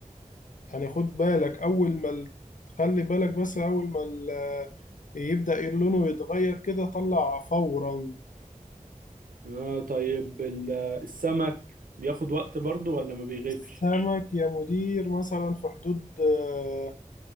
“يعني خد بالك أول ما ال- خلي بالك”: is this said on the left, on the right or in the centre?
Left